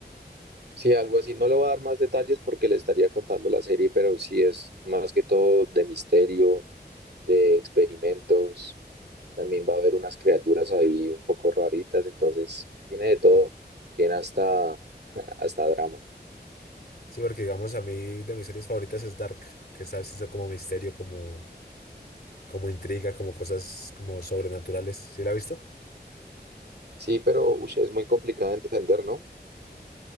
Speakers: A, on the right; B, on the left.
A: Sí, algo así. No le voy a dar más detalles porque le estaría contando la serie, pero sí es más que todo de misterio, de experimentos. También va a haber unas criaturas ahí un poco raritas, entonces tiene de todo. Tiene hasta, <laughs> hasta drama.
B: Sí, porque digamos a mí de mis series favoritas es Dark, que sabes hizo como misterio, como, como intriga, como cosas como sobrenaturales. ¿Sí la ha visto?
A: Sí, pero ush, es muy complicado de entender, ¿no?